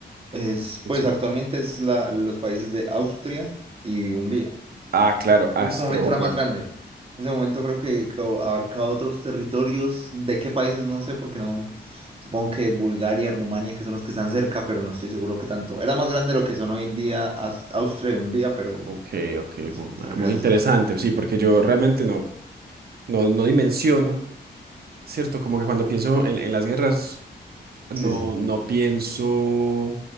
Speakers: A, on the right; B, on the right.
A: Es,
B: No
A: pues
B: sé.
A: actualmente es la, los países de Austria y Hungría.
B: Ah, claro, Austrohúngaro.
A: En ese momento era más grande. En ese momento creo que, que abarcaba otros territorios. ¿De qué países? No sé, porque no. Supongo que Bulgaria, Rumania, que son los que están cerca, pero no estoy seguro que tanto. Era más grande de lo que son hoy en día Aus- Austria y Hungría, pero
B: Ok, ok,
A: no
B: mu-
A: sé,
B: ma-
A: se refiere
B: muy
A: a esos
B: interesante,
A: dos.
B: sí, porque yo realmente no, no, no dimensiono, ¿cierto? Como que cuando pienso en, en las guerras.
A: Sí,
B: No,
A: sí.
B: no pienso